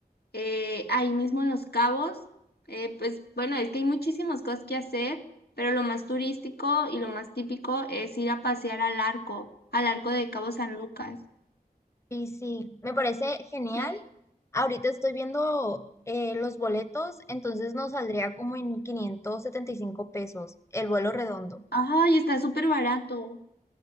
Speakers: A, on the left; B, on the left.
A: eh, ahí mismo en Los Cabos. Eh, pues bueno, es que hay muchísimas cosas que hacer, pero lo más turístico y lo más típico es ir a pasear al arco, al arco de Cabo San Lucas.
B: Sí, sí, me parece genial.
A: Sí.
B: Ahorita estoy viendo eh, los boletos, entonces nos saldría como en 575 pesos el vuelo redondo.
A: Ay, está súper barato.